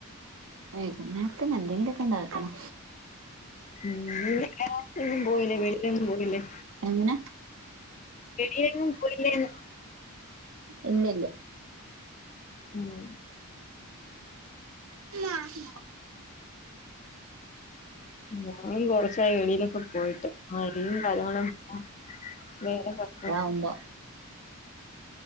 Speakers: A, on the right; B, on the left.
A: വെയ്കുന്നേര്ത്ത്ന് എന്തെങ്കിലൊക്കെണ്ടാക്കണം
B: ഉം എങ്ങും പോയില്ലേ വെളിയിലെങ്ങും പോയില്ലേ
A: എങ്ങെനാ
B: വെളിയിലെങ്ങും പോയില്ലേന്ന്
A: ഇല്ലല്ല
B: ഊം
A: ആഹ്
B: ഞാന് കൊറച്ചായി വെളിയിലൊക്കെ പോയിട്ട് മഴയും അതാണ് പ്പം വേറെ <unintelligible>
A: അല്ലാ